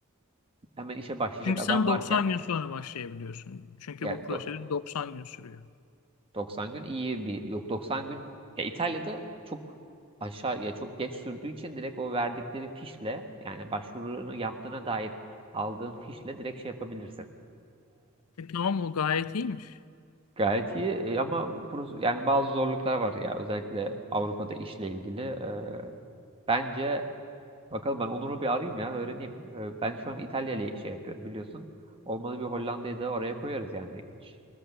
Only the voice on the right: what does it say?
hemen işe başlayacak
adam
varken
yani
do-
90 gün iyi bir yok 90 gün ya İtalya'da çok aşağı ya çok geç sürdüğü için direkt o verdikleri fişle yani başvurunu yaptığına dair aldığın fişle direkt şey yapabilirsin.
Gayet iyi E, ama burası, yani bazı zorluklar var ya özellikle Avrupa'da işle ilgili. E, bence bakalım ben Onur'u bir arayayım ya öğreneyim. E, ben şu an İtalya ile şey yapıyorum biliyorsun. Olmadı bir Hollanda'yı da oraya koyarız yani hiç